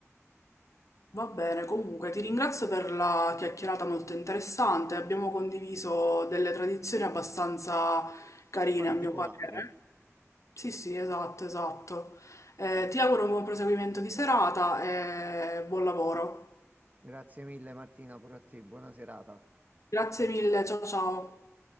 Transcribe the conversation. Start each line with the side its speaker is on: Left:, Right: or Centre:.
Left: Va bene, comunque ti ringrazio per la chiacchierata molto interessante. Abbiamo condiviso delle tradizioni abbastanza carine,
Right: particolari.
Left: a mio parere. Sì, sì, esatto, esatto. Eh, ti auguro un buon proseguimento di serata e buon lavoro.
Right: Grazie mille Martina, pure a te, buona serata.
Left: Grazie mille, ciao ciao.